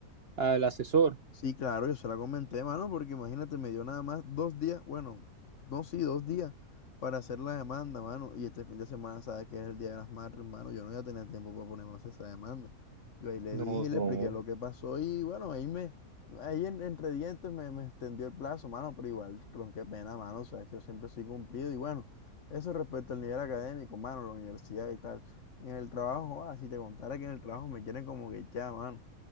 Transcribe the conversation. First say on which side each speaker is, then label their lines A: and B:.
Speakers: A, on the right (about 50°); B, on the left (about 55°).
A: al asesor?
B: Sí, claro, yo se la comenté, mano, porque imagínate, me dio nada más dos días, bueno, no, sí, dos días para hacer la demanda, mano. Y este fin de semana, sabes que es el Día de las Madres, mano. Yo no voy a tener tiempo para ponerme a hacer esa demanda. Yo ahí le
A: No,
B: dije y
A: no.
B: le expliqué lo que pasó y bueno, ahí me, ahí en- entre dientes me, me extendió el plazo, mano, pero igual, tron, qué pena, mano, sabes que yo siempre soy cumplido. Y bueno, eso respecto al nivel académico, mano, la universidad y tal. En el trabajo, ah, si te contara que en el trabajo me quieren como que echar, mano.